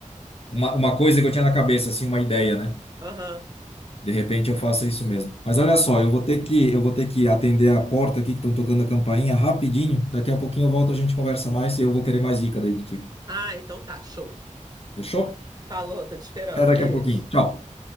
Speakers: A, on the left; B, on the right.
A: uma, uma coisa que eu tinha na cabeça, assim, uma ideia, né?
B: Aham.
A: De repente eu faço isso mesmo. Mas olha só, eu vou ter que, eu vou ter que atender a porta aqui que estão tocando a campainha rapidinho. Daqui a pouquinho eu volto, a gente conversa mais e eu vou querer mais dica daí de ti.
B: Ah, então tá, show.
A: Fechou?
B: Falou, tô te esperando.
A: Até daqui
B: Beijo.
A: a pouquinho. Tchau.